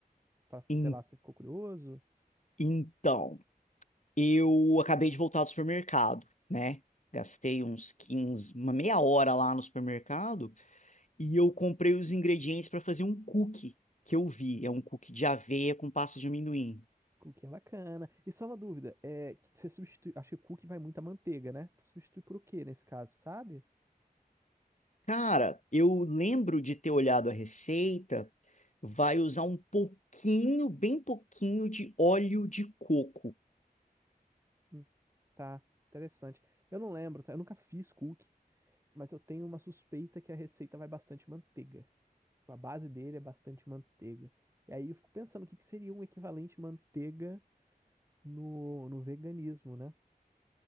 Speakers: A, on the right; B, on the left.
A: pra,
B: En-
A: sei lá, você ficou curioso?
B: então, eu acabei de voltar do supermercado, né? Gastei uns 15, uma meia hora lá no supermercado e eu comprei os ingredientes para fazer um cookie que eu vi. É um cookie de aveia com pasta de amendoim.
A: Cookie é bacana. E só uma dúvida, é que você substitui, acho que cookie vai muito muita manteiga, né? Tu substitui por o quê nesse caso, sabe?
B: Cara, eu lembro de ter olhado a receita, vai usar um pouquinho, bem pouquinho de óleo de coco.
A: Hum, tá, interessante. Eu não lembro, tá? Eu nunca fiz cookie, mas eu tenho uma suspeita que a receita vai bastante manteiga. Tipo, A base dele é bastante manteiga. E aí eu fico pensando o que que seria um equivalente manteiga no, no veganismo, né?